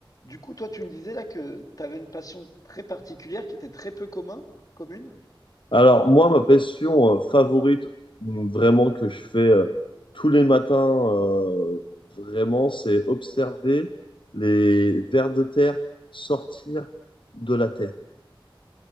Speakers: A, on the left; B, on the left.
A: Du coup, toi, tu me disais là que tu avais une passion très particulière qui était très peu commun, commune.
B: Alors, moi, ma passion euh, favorite, mm, vraiment, que je fais euh, tous les matins, euh, vraiment, c'est observer les vers de terre sortir de la terre.